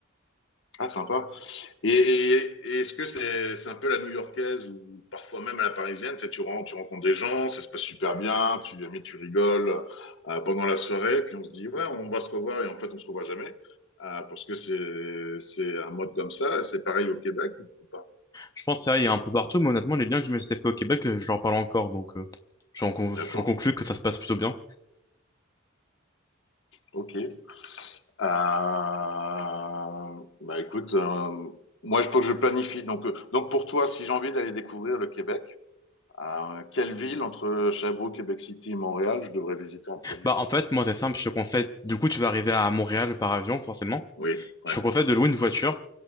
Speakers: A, on the left; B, on the left.
A: Ah, sympa. Et, et- et est-ce que c'est c'est un peu la new-yorkaise ou parfois même à la parisienne, c'est tu, ren- tu rencontres des gens, ça se passe super bien, tu, mais tu rigoles euh, pendant la soirée, puis on se dit ouais, on va se revoir et en fait on se revoit jamais euh, parce que c'est c'est un mode comme ça. C'est pareil au Québec ou, ou pas?
B: Je pense que ça, il y a un peu partout, mais honnêtement, les liens que je me suis fait au Québec, euh, je leur parle encore, donc euh, j'en con-
A: D'accord.
B: j'en conclus que ça se passe plutôt bien.
A: Ok. Euh, bah écoute, euh, moi je faut que je planifie. Donc euh, donc pour toi, si j'ai envie d'aller découvrir le Québec, euh, quelle ville entre Sherbrooke, Québec City et Montréal, je devrais visiter en premier?
B: Bah, en fait, moi, c'est simple, je te conseille. Du coup, tu vas arriver à Montréal par avion, forcément.
A: Oui,
B: Je
A: ouais,
B: te conseille de louer une voiture